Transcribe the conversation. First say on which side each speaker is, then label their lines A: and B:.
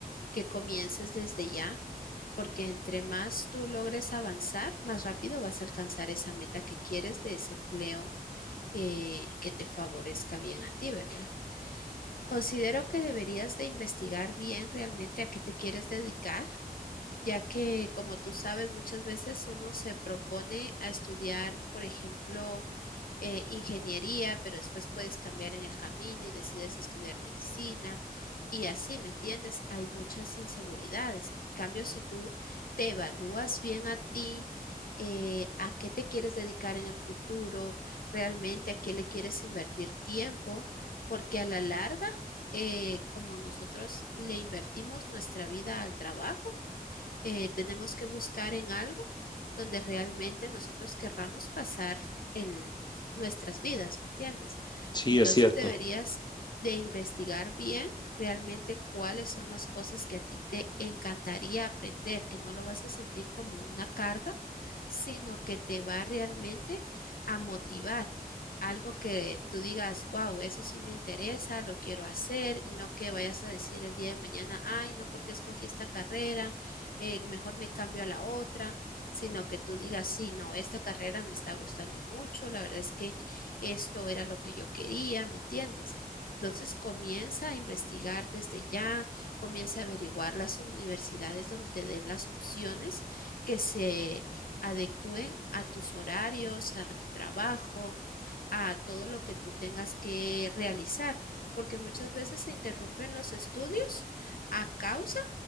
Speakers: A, on the left; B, on the left.
A: que comiences desde ya, porque entre más tú logres avanzar, más rápido vas a alcanzar esa meta que quieres de ese empleo eh, que te favorezca bien a ti, ¿verdad? Considero que deberías de investigar bien realmente a qué te quieres dedicar ya que, como tú sabes, muchas veces uno se propone a estudiar, por ejemplo, eh, ingeniería, pero después puedes cambiar en el camino y decides estudiar medicina y así, ¿me entiendes? Hay muchas inseguridades. En cambio, si tú te evalúas bien a ti, eh, a qué te quieres dedicar en el futuro, realmente a qué le quieres invertir tiempo, porque a la larga, eh, como nosotros le invertimos nuestra vida al trabajo, eh, tenemos que buscar en algo donde realmente nosotros querramos pasar el, nuestras vidas, ¿me entiendes?
B: Sí,
A: Entonces
B: es cierto.
A: deberías de investigar bien realmente cuáles son las cosas que a ti te encantaría aprender, que no lo vas a sentir como una carga, sino que te va realmente a motivar. Algo que tú digas, wow, eso sí me interesa, lo quiero hacer, y no que vayas a decir el día de mañana, ay, no, porque escogí esta carrera, eh, mejor me cambio a la otra, sino que tú digas, sí, no, esta carrera me está gustando mucho, la verdad es que esto era lo que yo quería, ¿me entiendes? Entonces comienza a investigar desde ya, comienza a averiguar las universidades donde te den las opciones que se adecúen a tus horarios, a tu trabajo, a todo lo que tú tengas que realizar, porque muchas veces se interrumpen los estudios a causa